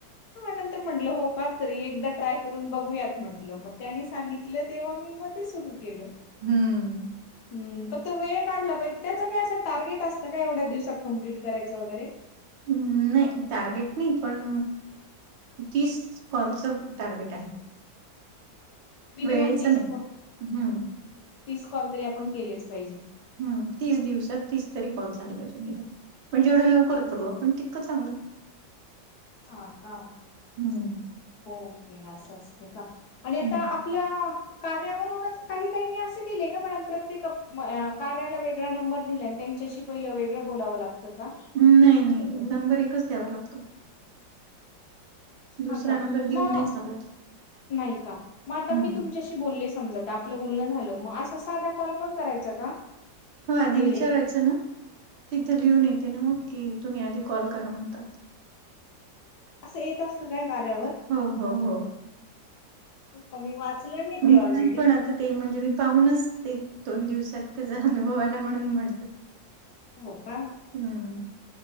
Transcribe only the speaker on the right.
हम्म.
हम्म नाही टार्गेट नाही पण तीस कॉलच टार्गेट आहे.
वेळेच
नाही
हम्म
ह तीस दिवसात तीस तरी कॉल झाले पाहिजे निदान पण जेवढ लवकर करू आपण तीतक चांगलं.
हम्म
हम्म
नाही नाही नंबर एकच द्यावा लागतो.
दुसरा
नंबर देऊन
नाही चालत
हम्म
हो आधी
विचारायचं ना तिथे लिहून येते ना ओके तुम्ही आधी कॉल करा म्हणतात.
हो हो हो
नाही
पण आता ते म्हणजे मी पाहूनच ते दोन दिवसात त्याचा अनुभव आला म्हणून म्हटलं
हम्म